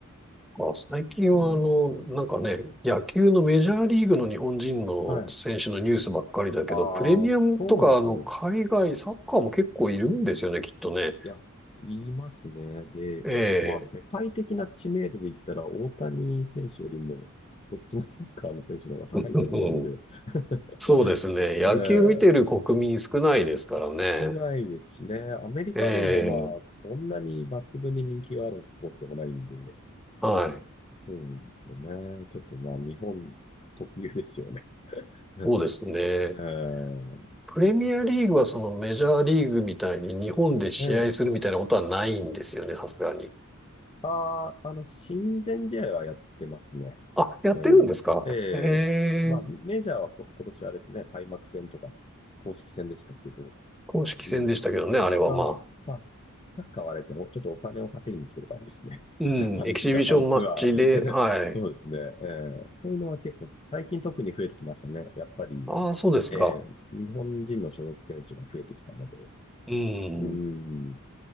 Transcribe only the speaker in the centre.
あ、最近はあの、
なんかね、野球のメジャーリーグの日本人の選手のニュースばっかりだけど、
プレミアムとかあの、
海外サッカーも結構いるんですよね、きっとね。
ええ、
うん、
そうですね。野球見てる国民少ないですからね。
ええ、
はい。
そうですね。
プレミアリーグはそのメジャーリーグみたいに日本で試合するみたいなことはないんですよね、
さすがに。
あ、やってるんですかえ
え、
公式戦でしたけどね、
あれはまあ。
うん、
エキシビションマッチで、
はい。
ああ、そうですか。
うん。